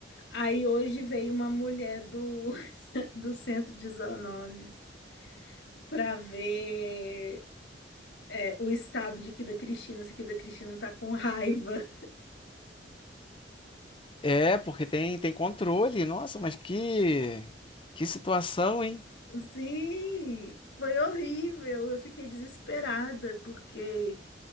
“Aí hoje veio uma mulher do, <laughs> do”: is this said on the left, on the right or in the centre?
Left